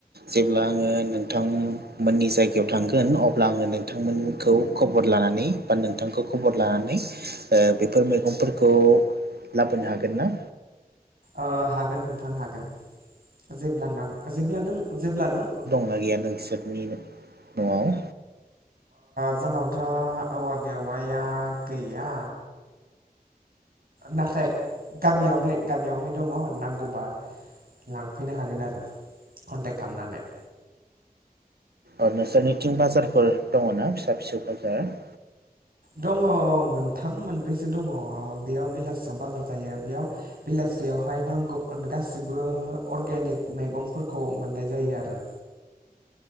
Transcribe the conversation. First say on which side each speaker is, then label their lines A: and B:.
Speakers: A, on the right (about 90°); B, on the right (about 65°).
A: जेब्ला आङो नोंथांमोननि जायगायाव थांगोन अब्ला आङो नोंथांमोन खौ खबर लानानै बा नोंथांखौ खबर लानानै बेफोर मैगंफोरखौ लाबोनो हागोन ना
B: ओ हागोन नोंथां हागोन जेब्ला ना जेब्ला नों जेब्ला नों
A: मा गैया नोंसोरनि न'आव
B: जोंनावथ' औवा मेवाया गैया नाथाय गामियावहाय गामियावहाय दङ नांगौबा लांफैनो हागोन आरो कन्टेक्ट खालामनानै
A: औ नोंसोरनिथिं बाजारफोर दङना फिसा फिसौ बाजार
B: दङ मोनथाम मोनब्रैसो दङ बेयाव बेलासियाव बाजार जायो बेयाव बेलासियावहाय नांगौ गासिबो अर्गेनिक मैगंफोरखौ मोननाय जायो आरो